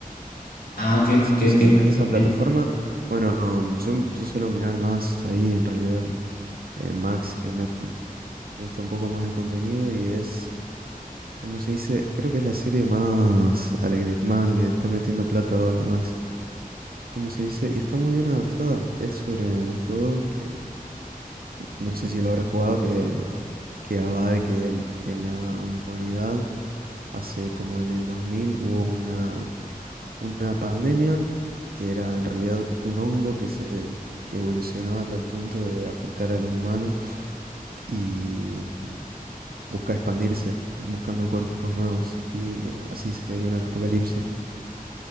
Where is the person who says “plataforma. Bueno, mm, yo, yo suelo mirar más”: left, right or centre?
Right